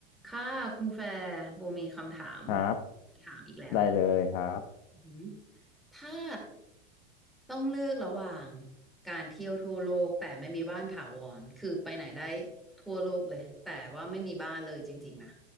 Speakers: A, in the centre; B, on the left.
A: ค่ะคุณแฟร์โบมีคำถาม
B: ครับ
A: ถามอีกแล้ว
B: ได้เลยครับ
A: อือหือถ้าต้องเลือกระหว่างการเที่ยวทั่วโลกแต่ไม่มีบ้านถาวรคือไปไหนได้ทั่วโลกเลยแต่ว่าไม่มีบ้านเลยจริงๆนะ